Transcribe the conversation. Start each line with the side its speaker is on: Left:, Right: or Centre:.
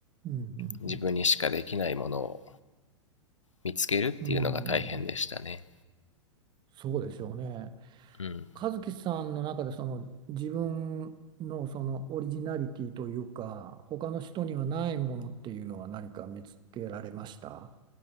Right: うんう
Left: う自分にしかできないものを
Right: ん
Left: 見つけるっていうのが大変でしたね。
Right: うんうんそうでしょうね。
Left: うん、
Right: 和樹さんの中でその自分のそのオリジナリティというか他の人にはないものっていうのは何か見つけられました